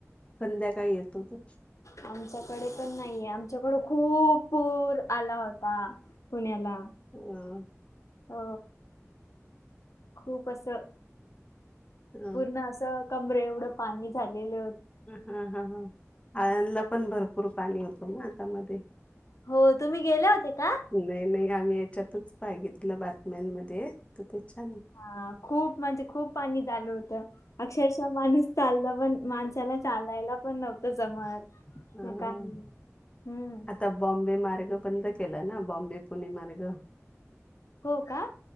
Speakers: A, on the left; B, on the left.
A: संध्याकाळी येतो तो
B: आमच्याकडे पण नाहीये आमच्याकडे खूप पूर आला होता. पुण्याला
A: ह.
B: अ खूप असं
A: अ
B: पूर्ण असं. कमरे एवढं पाणी झालेले.
A: हा ह ह आळणला पण भरपूर पाणी होतं ना आता मधे
B: हो तुम्ही गेले होते का?
A: नाही नाही आम्ही याच्यातच बघितलं बातम्यांमध्ये तर ते छान
B: हा खूप म्हणजे खूप पाणी झालं होतं, अक्षरशः माणूस चालन पण, माणसाला चालायला पण नव्हतं जमत
A: ह
B: न काही. हम्म.
A: आता बॉम्बे मार्ग बंद केला ना, बॉम्बे-पुणे मार्ग?
B: हो का?